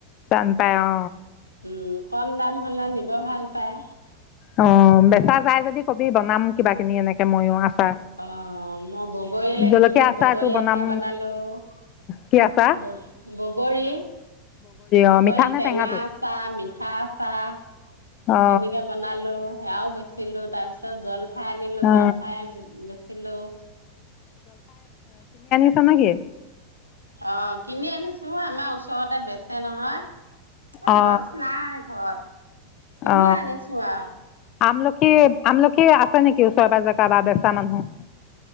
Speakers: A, on the left (about 35°); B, on the right (about 90°).
A: টান পাই অ
B: <unintelligible> কম দাম হ'লে নিব ভাল পায়।
A: অ বেচা যাই যদি কবি, বনাম কিবা কিনি এনেকে মইও আছোঁ।
B: অ মই বগৰী লাগিছিল,
A: জলকীয়া আচাৰটো
B: বগৰী
A: বনাম
B: আচাৰ বনালোঁ,
A: কি আচাৰ
B: বগৰী, বগৰী
A: অ মিঠা নে
B: টেঙা
A: টেঙাটো
B: আচাৰ, মিঠা আচাৰ।
A: অ
B: তেনেকে বনালোঁ। সেয়াও বেচিলোঁ, তাৰ পিছত জলফ ফাই আনিলো
A: অ
B: জলফাই বেছি হেল্ল'?
A: চা নেকি?
B: অ কিনি আনিছোঁ। আমাৰ ওচৰতে বেচে নহয়। এ
A: অ
B: গছ নাই, ঘৰত কিনিয়ে
A: অ
B: আনিছোঁ আৰু।
A: আমলখি, আমলখি আছে নেকি? ওচৰে পাঁজৰে, কাৰোবাৰ বেচা মানুহ।